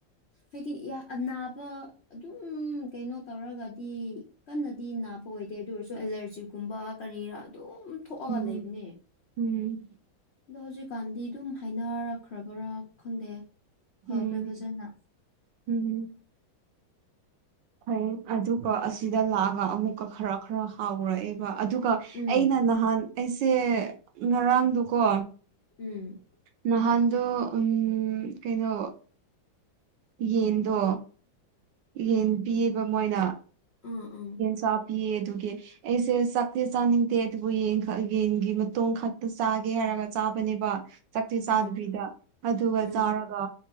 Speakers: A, on the left; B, on the right.
A: ꯍꯥꯏꯗꯤ ꯅꯥꯕ ꯑꯗꯨꯝ ꯀꯩꯅꯣ ꯇꯧꯔꯒꯗꯤ ꯀꯟꯅꯗꯤ ꯅꯥꯕ ꯑꯣꯏ ꯑꯣꯏꯗꯦ ꯑꯗꯨ ꯑꯣꯏꯔꯁꯨ ꯑꯦꯂꯔꯖꯤꯛꯒꯨꯝꯕ ꯀꯔꯤꯔꯥ ꯑꯗꯨꯝ ꯊꯣꯛꯑꯒ
B: ꯎꯝ
A: ꯂꯩꯕꯅꯦ
B: ꯎꯝ
A: ꯑꯗꯣ ꯍꯧꯖꯤꯛꯀꯥꯟꯗꯤ ꯑꯗꯨꯝ ꯍꯥꯏꯅꯔꯛꯈ꯭ꯔꯕ꯭ꯔꯥ ꯈꯪꯗꯦ ꯐꯈ꯭ꯔꯦ
B: ꯎꯝ
A: ꯐꯖꯅ
B: ꯍꯝ ꯍꯩ ꯑꯗꯨꯒ ꯑꯁꯤꯗ ꯂꯥꯛꯑꯒ ꯑꯃꯨꯛꯀ ꯈꯔ ꯈꯔ ꯍꯥꯎꯔꯛꯑꯦꯕ ꯑꯗꯨꯒ
A: ꯎꯝ
B: ꯑꯩꯅ ꯅꯍꯥꯟ ꯑꯩꯁꯦ ꯉꯔꯥꯡꯗꯨꯀꯣ
A: ꯎꯝ
B: ꯅꯍꯥꯟꯗꯣ ꯎ ꯀꯩꯅꯣ ꯌꯦꯟꯗꯣ ꯌꯦꯟ ꯄꯤꯌꯦꯕ ꯃꯣꯏꯅ
A: ꯎꯝ ꯎꯝ
B: ꯁ ꯄ ꯇꯦꯁꯦ ꯁꯛꯇ ꯁꯥꯟꯅꯤꯡꯦꯕꯨ ꯌꯦ ꯌꯦꯟꯒꯤ ꯃꯇꯣꯟ ꯈꯛꯇ ꯆꯥꯒꯦ ꯍꯥꯏꯔꯒ ꯆꯥꯕꯅꯦꯕ ꯆꯥꯛꯛꯇꯤ ꯆꯥꯗꯕꯤꯗ
A: ꯎꯝ
B: ꯑꯗꯨꯒ
A: ꯎꯝ
B: ꯆꯥꯔꯒ